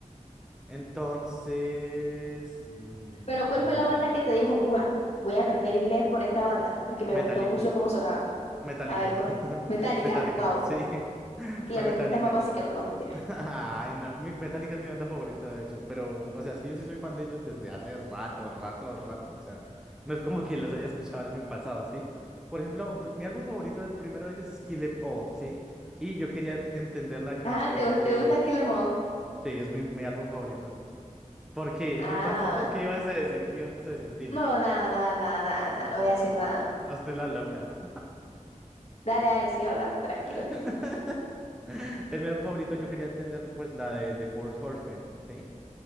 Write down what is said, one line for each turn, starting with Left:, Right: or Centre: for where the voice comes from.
Centre: entonces, mm,
Left: Pero ¿cuál
Centre: ¿cómo
Left: fue la banda
Centre: que?
Left: que te dijo, wow, voy a aprender inglés por esta banda? Porque me
Centre: Metali-
Left: gustó mucho cómo sonaba.
Centre: Metallica.
Left: A ver, ¿cuál?
Centre: <laughs>
Left: Metallica,
Centre: Metallica,
Left: wow.
Centre: sí. <laughs>
Left: Que la
Centre: Fue
Left: respuesta
Centre: Metallica.
Left: es más básica, no, no, mentira.
Centre: <laughs> Ay, no. Mi, Metallica es mi banda favorita, de hecho. Pero, o sea, es que yo sí soy fan de ellos desde hace rato, rato, rato. O sea, no es como que las haya escuchado el año pasado, ¿sí? Por ejemplo, mi mi álbum favorito, el primero de ellos es Kill 'Em All, ¿sí? Y yo quería t- entender la canción
Left: Ah, ¿te, gus-
Centre: de...
Left: te gusta Kill 'Em All?
Centre: Sí, es mi, mi álbum favorito. ¿Por qué?
Left: Ah,
Centre: Muy básico. ¿Qué ibas a decir? ¿Qué ibas a decir? Dilo.
Left: no, nada, nada, nada, nada, nada,
Centre: Ah,
Left: no voy a
Centre: ah,
Left: decir nada.
Centre: ah, hazte la loca.
Left: Dale, dale, sigue hablando, tranquilo.
Centre: <laughs> Es mi álbum favorito. Yo quería entender, pues, la de The Four Horsemen, ¿sí?